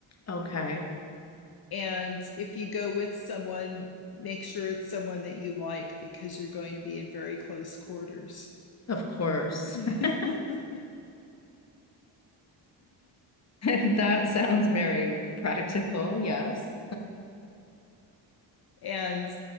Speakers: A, on the left; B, on the left.
A: Okay,
B: And if you go with someone, make sure it's someone that you like because you're going to be in very close quarters.
A: of course.
B: <laughs>
A: <laughs> That sounds very practical. Yes.
B: and